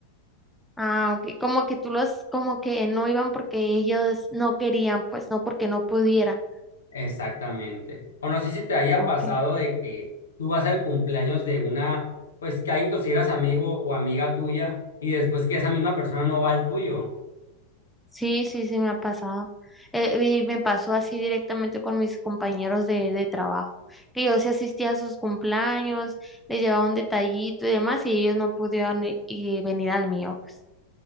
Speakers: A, in the centre; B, on the left.
A: Ah, ok, como que tú los, como que no iban porque ellos no querían, pues no porque no pudieran.
B: Exactamente. O no sé si te haya
A: Ok.
B: pasado de que tú vas al cumpleaños de una, pues que alguien que consideras amigo o amiga tuya y después que esa misma persona no va al tuyo.
A: Sí, sí, sí, me ha pasado. Eh, y me pasó así directamente con mis compañeros de, de trabajo, que yo sí asistía a sus cumpleaños, les llevaba un detallito y demás, y ellos no pudieron i- y venir al mío, pues.